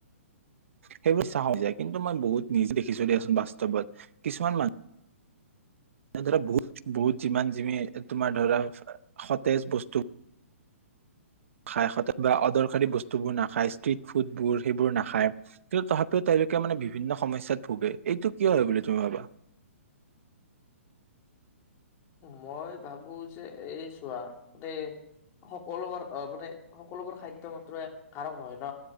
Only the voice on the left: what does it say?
মই ভাবো যে এই চোৱা, <inaudible> সকলোবোৰ অ মানে সকলোবোৰ খাদ্য মাত্ৰ কাৰক নহয়। ন